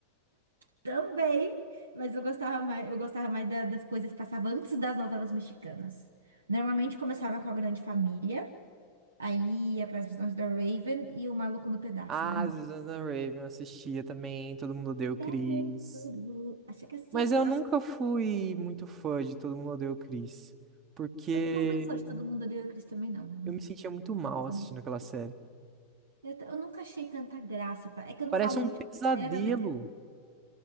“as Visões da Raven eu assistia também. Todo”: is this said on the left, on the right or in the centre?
Right